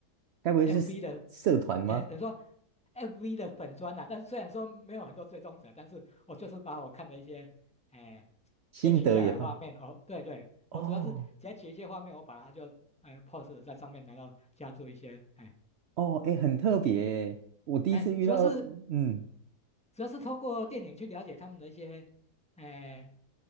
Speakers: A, on the right; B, in the centre.
A: 该不会是社社团吗？
B: ，FB 的，哎、等于说 FB 的粉砖呐、啊，但是虽然说没有很多追踪者，但是我就是把我看的一些，哎、
A: 心得也放？
B: 截取下来画面，哦，对对，
A: 哦
B: 我主要是截取一些画面，我把它就哎、呃 post 在上面，然后加做一些，哎、
A: 哦，哎，很特别耶我第一次遇到，
B: 哎，主要是
A: 嗯，
B: 主要是透过电影去了解他们的一些，哎、